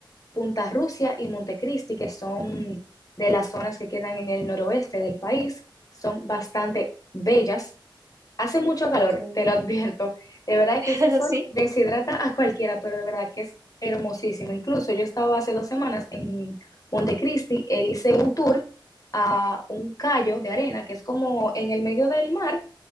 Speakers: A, on the left (about 45°); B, on the right (about 40°).
A: Punta Rusia y Montecristi, que son de las zonas que quedan en el noroeste del país, son bastante bellas. Hace mucho calor,
B: ok.
A: te lo advierto. De verdad
B: <laughs>
A: que ese sol
B: Sí,
A: deshidrata a cualquiera, pero de verdad que es hermosísimo. Incluso yo estaba hace dos semanas en Montecristi e hice un tour a un callo de arena, que es como en el medio del mar,